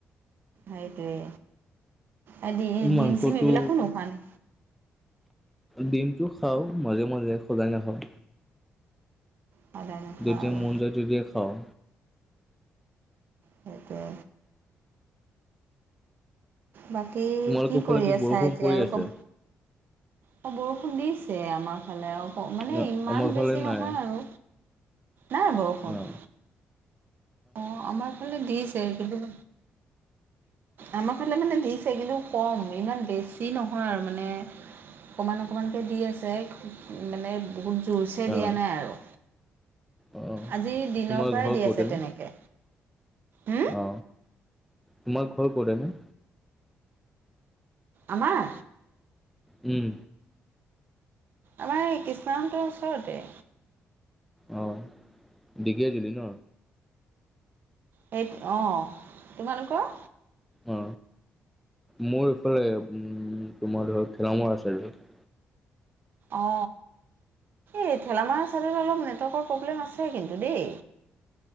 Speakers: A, on the right (about 55°); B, in the centre.
A: সেইটোৱে। অ ডিম
B: মাংসটো
A: ডিম-চিম এইবিলাকো নোখোৱা নি?
B: ডিমটো খাওঁ মাজে-মাজে, সদায় নাখাওঁ।
A: সদায় নোখোৱা
B: যেতিয়া
A: আৰু
B: মন যায় তেতিয়া খাওঁ।
A: সেইটোৱে। বাকী
B: তোমালোকৰ
A: কি
B: ফালে
A: কৰি আছা
B: বৰষুণ
A: এতিয়া
B: পৰি
A: আৰু
B: আছে
A: ক অ বৰষুণ দিছে আমাৰ ফালে অহ আৰু মানে
B: ন
A: ইমান
B: আমাৰ
A: বেছি
B: ফালে নাই
A: নহয় আৰু। নাই বৰষুণ।
B: অ
A: অ আমাৰ ফালে দিছে, কিন্তু আমাৰ ফালে মানে দিছে, কিন্তু কম। ইমান বেছি নহয় আৰু মানে অকমান অকমানকে দি আছে মানে বহুত জোৰচে
B: অ
A: দিয়া নাই আৰু
B: অ
A: আজি দিনৰ
B: তোমাৰ
A: পৰাই
B: ঘৰ
A: দি
B: ক'ত
A: আছে
B: এনে
A: তেনেক কে উম।
B: অ, তোমাৰ ঘৰ ক'ত এনে?
A: আমাৰ?
B: উম।
A: আমাৰ এই কৃষ্ণাহঁতৰ ওচৰতে।
B: অ, দেকীয়াজুলী ন?
A: সে অ, তোমালোকৰ?
B: অ, মোৰ এইফালে উ তোমাৰ ধৰা ঘেলামৰা ‍ চাইডত।
A: অ, অ। এই ঘেলামাৰা চাইডত অলপ নেটৱৰ্কৰ প্ৰব্লেম আছে কিন্তু দেই।